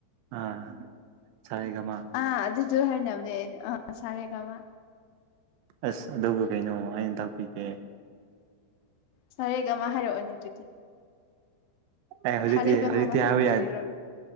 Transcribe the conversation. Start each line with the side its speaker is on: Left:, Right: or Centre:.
Right: ꯑꯥ ꯁꯥꯔꯦꯒꯃꯥ
Left: ꯑ ꯑꯗꯨꯗꯨ ꯍꯥꯏꯅꯕꯅꯦ ꯑ ꯁꯔꯦꯒꯝꯃ
Right: ꯑꯁ ꯑꯗꯨꯕꯨ ꯀꯩꯅꯣ ꯑꯩꯅ ꯇꯥꯛꯄꯤꯕꯒ‌
Left: ꯁꯥꯔꯦꯒꯥꯝꯃ ꯍꯥꯏꯔꯛꯑꯣꯅꯦ ꯑꯗꯨꯗꯤ
Right: ꯑ‌ꯦ ꯍꯧꯖꯤꯛꯇꯤ
Left: ꯁꯥꯔꯦꯒꯃꯥ
Right: ꯍꯧꯖꯤꯛꯇꯤ
Left: ꯃꯊꯛꯇ
Right: ꯍꯥꯏꯕ ꯌꯥꯗꯦ
Left: ꯀꯔꯤꯔꯣ